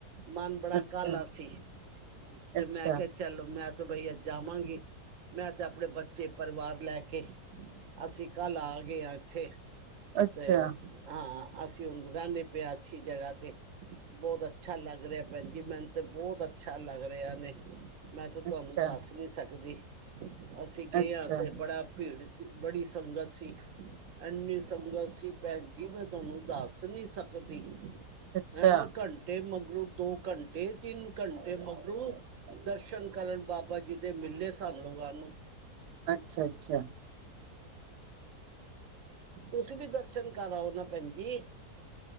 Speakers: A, on the right; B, on the right.
A: ਮਨ ਬੜਾ
B: ਅੱਛਾ
A: ਕਾਲਾ ਸੀ, ਫੇਰ
B: ਅੱਛਾ
A: ਮੈਂ ਕਿਆ ਚਲੋ ਮੈਂ ਤੋ ਬਈ ਅੱਜ ਜਾਵਾਂਗੀ। ਮੈਂ ਤੇ ਆਪਨੇ ਬੱਚੇ ਪਰਿਵਾਰ ਲੈ ਕੇ ਅਸੀਂ ਕੱਲ ਆ ਏ ਏਥੇ,
B: ਅੱਛਾ ਅੱਛਾ
A: ਤੇ ਓ ਹਾਂ ਅਸੀਂ ਉਂਜ ਰੈਂਦੇ ਪਏ ਆਂ ਅੱਛੀ ਜਗ੍ਹਾ ਤੇ। ਬੋਤ ਅੱਛਾ ਲੱਗ ਰਿਆ ਭੈਨ ਜੀ ਮੈਨੂੰ ਤੇ ਬੋਤ ਅੱਛਾ ਲੱਗ ਰਿਆ ਨੇ। ਮੈਂ ਤਾਂ
B: ਅੱਛਾ
A: ਤੁਆਨੂੰ ਦੱਸ ਨੀ ਸਕਦੀ, ਅਸੀਂ ਗਏ
B: ਅੱਛਾ
A: ਆਂ ਤੇ ਬੜਾ ਭੀੜ ਤੀ ਬੜੀ ਸੰਗਤ ਸੀ। ਐਨੀ ਸੰਗਤ ਸੀ ਭੈਨ ਜੀ ਮੈਂ ਤੁਆਨੂੰ ਦੱਸ ਨੀ ਸਕਦੀ।
B: ਅੱਛਾ
A: ਐਂ ਘੰਟੇ ਮਗਰੋਂ ਦੋ ਘੰਟੇ ਤਿੰਨ ਘੰਟੇ ਮਗਰੋਂ ਦਰਸ਼ਨ ਕਰਨ ਬਾਬਾ ਜੀ ਦੇ ਮਿਲੇ ਸਾਨੂੰ ਵਾਨੂੰ
B: ਅੱਛਾ-ਅੱਛਾ।
A: ਤੁਸੀਂ ਵੀ ਦਰਸ਼ਨ ਕਰ ਆਓ ਨਾ ਭੈਨ ਜੀ।